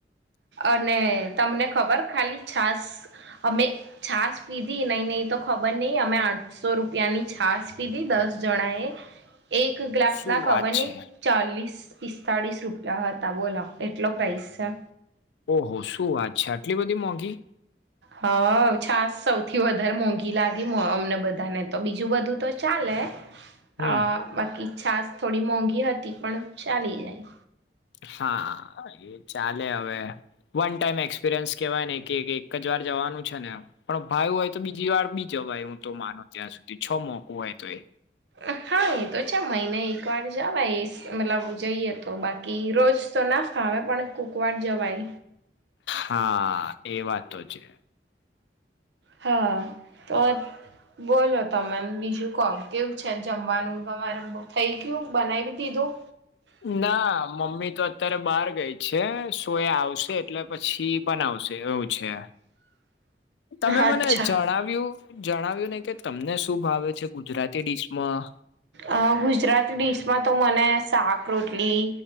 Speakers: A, on the right; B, on the left.
A: અને તમને ખબર ખાલી છાસ અમે, છાશ પીધી નહી નહી તો ખબર નહી અમે આઠસો રૂપિયા ની છાસ પીધી દસ જણા એ, એક ગ્લાસના
B: શું વાત
A: ખબર
B: છે
A: નહી, ચાલીસ પિસ્તાળીસ રૂપિયા હતા બોલો એટલો પ્રાઇસ સ,
B: ઓહો શું વાત છે આટલી બધી મોંઘી.
A: હ છાસ સૌથી વધારે મોંઘી લાગી અમને બધાને તો બીજું બધું તો ચાલે,
B: હમ
A: અ બાકી છાસ થોડી મોંઘી હતી પણ ચાલી જાય.
B: હા એ ચાલે હવે. વન ટાઈમ એક્સપિરિયન્સ કેહેવાય ને કે એક જ વાર જવાનું છે ન પણ ફાયું હોય તો બીજી વાર બી જવાય હું તો માનું ત્યાં સુધી છ મોકું હોય તો એ
A: અ હા એતો છે મહિને એક વાર જવાઇ સ મતલબ જઈએ તો બાકી રોજ તો ના હવે પણ કોક વાર જવાઇ
B: હા એ વાત તો છે.
A: હા તો બોલો તમ એમ બીજું કો કેવું છે જમવાનું તમારે થઈ ગયું બનાવી દીધું
B: ના મમ્મી તો અત્યારે બહાર ગઈ છે સો એ આવશે એટલે પછી બનાવશે એવું છે તમે
A: અચ્છા
B: મને જણાવ્યું જણાવ્યું નઈ કે તમને શું ભાવે છે ગુજરાતી ડિશમાં?
A: અ ગુજરાતી ડિશમાં તો મને શાક રોટલી